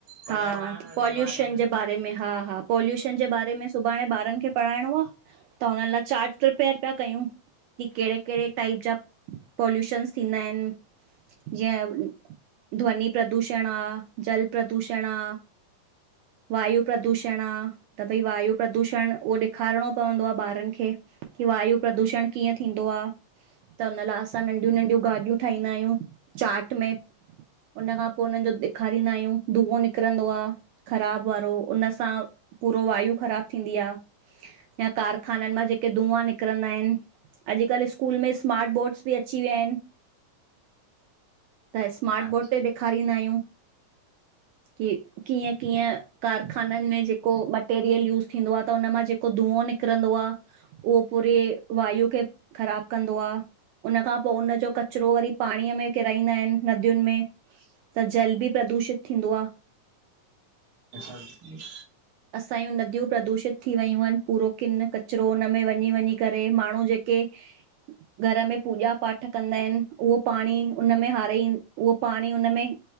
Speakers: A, on the right; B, on the right.
A: पर्यावरण
B: हा पॉल्युशन
A: जे बारे
B: जे बारे में हा -हा पॉल्युशन जे बारे में सुभाणे ॿारनि खे पढ़ाइणो आ त हुन लाइ चार्ज रुपया रुपिया कयूं। की कहिड़े कहिड़े टाइप जा पॉल्युशनस थींदा आहिनि? जीअं ध्वनि प्रदूषण आ, जल प्रदूषण आ। वायु प्रदूषण आ त भई वायू प्रदूषण उहो ॾेखारिणो पवंदो आहे ॿारनि खे की वायु प्रदूषण कीअं थींदो आ? त हुन लाइ असां नंढियूं -नंढियूं गाॾियूं ठाहींदा आहियूं चाट में हुनखां पोइ हुननि जो ॾेखारींद्ा आहियूं। धुओं निकिरंदो आ, ख़राबु वारो, उन सां पूरो वायू ख़राब थींदी आ। या कारखाननि मां जेके धुआ निकरंदा आहिनि। अॼुकल्ह स्कूल में स्मार्ट बोर्ड्स बि अची विया आहिनि। त स्मार्ट
A: अच्छा
B: बोर्ड ते ॾेखारींदा आहिक्ष। यूं की कीअं कीअं कारखानन में जेको मटेरियल यूस थींदो आह त उन मां जेको धुओं निकिरंदो आह। उहो पूरे वायु खे ख़राब कंदो आह। उन खां पो उन जो कचरो वरी पाणीअ में किराईंदा एन नदियुन में। त जल बि प्रदूषित थींदो आह।
A: अच्छा <inaudible>
B: असांई नदियूं प्रदूषित थी वियूं एन पूरो किन कचरो उन में वञी वञी करे माण्हू जेके के घर में पूॼा पाठ कंदा एन उहो पाणी उनमें हारई उहो पाणी उनमें